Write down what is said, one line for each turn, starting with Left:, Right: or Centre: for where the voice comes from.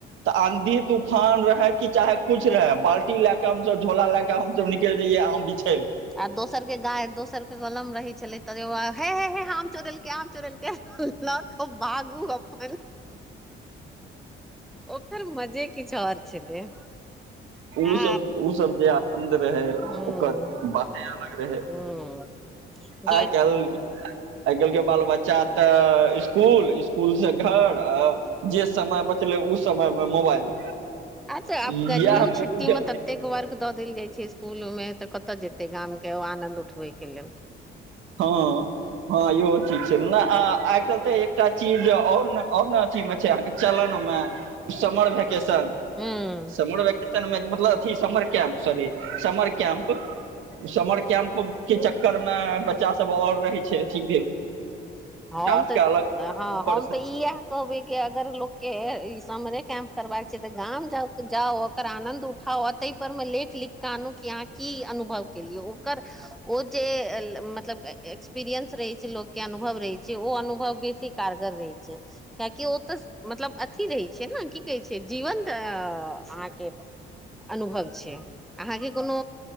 Right: त आँधी तूफान रहै कि चाहे कुछ रहै बाल्टी लए क हमस झोला ले के हम सब निकल जइयै आम बीछ
Centre: आ दोसर के गाय दोसर के कलम रहे छले त हे हे हे हम चोर के आम चोरलके ल क भागू अपन ओकर मजे किछु आओर छलै
Right: उसभ
Centre: आ
Right: उसभ जे आनन्द रहै
Centre: हूं
Right: ओकर बाते अलग रहै
Centre: हूं
Right: आइ
Centre: जे
Right: केल आइ काल्हि के बाल बच्चा त स्कुल स्कुल से घर आ जे समय ब चलै उ समय मे मोबाइल
Centre: अच्छा आब
Right: इएह
Centre: गर्मीओ
Right: मे
Centre: छुट्टी म ततेक वर्क द देल जाइ छै इसकुलोमे त कत जेतै गाम के आनंद उठबै के लेल
Right: ह हँ इहो चीज छै न आइ काल्हि त एकटा चीज और न और न अथी मे छै अहाँके चलन मे समर भैकेशन
Centre: हूं
Right: समर वैके सन मे मतलब अथि summer camp sorry summer camp summer camp के चक्करमे बच्चा सब आओर रहै छै अथी भेल
Centre: हम
Right: टास्क
Centre: त
Right: अलग
Centre: हँ
Right: ऊपर
Centre: हम
Right: से
Centre: त इएह कहबै कि अगर लोकके ई समरे कैम्प क करबाक छै त गाँव जाउ ओकर आनंद उठाउ ओतहि पर मे लेख लिख क आनू कि अहाँके की अनुभव केलियै ओकर ओ जे मतलब एक्सपीरियंस रहै छै लोक के अनुभव रहै छै ओ अनुभव बेसी कारगर रहै छै कियाकि ओ त मतलब अथी रहै छै न की कहै छै जीवंत अहाँके अनुभव छै अहाँके कोनो